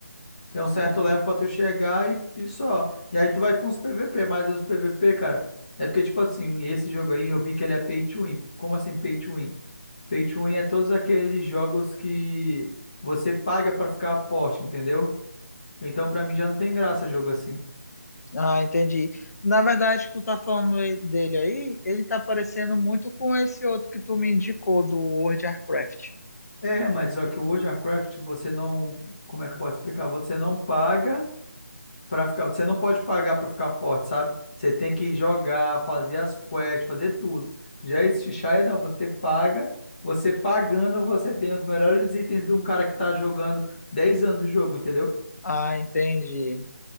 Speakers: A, on the left (about 25°); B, on the left (about 65°).
A: Tem um certo
B: Hum,
A: level pra tu chegar e, e só. E aí tu vai pra uns PVP, mas os PVP, cara, é porque, tipo assim, esse jogo aí eu vi que ele é pay to win. Como assim pay to win? Pay to win é todos aqueles jogos que você paga pra ficar forte, entendeu? Então pra mim já não tem graça jogo assim.
B: Ah, entendi. Na verdade, que tu tá falando e- dele aí, ele tá parecendo muito com esse outro que tu me indicou do World of Warcraft.
A: É, mas só que o World of Warcraft você não, como é que eu posso explicar? Você não paga para ficar, você não pode pagar para ficar forte, sabe? Você tem que jogar, fazer as quests, fazer tudo. Já esse Xayah não, você paga, você pagando você tem os melhores itens de um cara que tá jogando 10 anos o jogo, entendeu?
B: Ah, entendi.